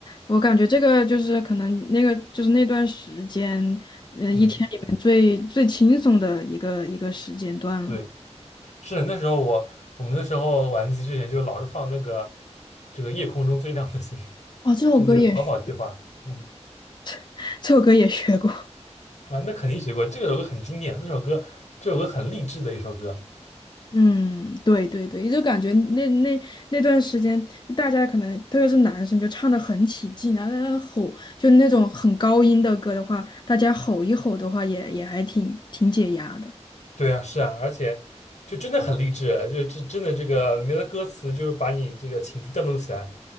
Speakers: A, on the left; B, on the left.
A: 我感觉这个就是可能那个就是那段时间，呃，一天里面最最轻松的一个一个时间段了。
B: 嗯，对，是那时候我我们那时候晚自习之前就老是放那个这个夜空中最亮的星，
A: 哦，这首歌也是
B: 就那个逃跑计划。嗯
A: <laughs> 这首歌也学过。
B: 啊，那肯定学过这个首歌很经典，那首歌这首歌很励志的一首歌。
A: 嗯，对对对，就感觉那那那段时间，大家可能特别是男生就唱的很起劲，然后在那吼，就那种很高音的歌的话，大家吼一吼的话也，也还挺挺解压的。
B: 对啊，是啊，而且就真的很励志啊，就是这真的这个里面的歌词，就是把你这个情绪调动起来，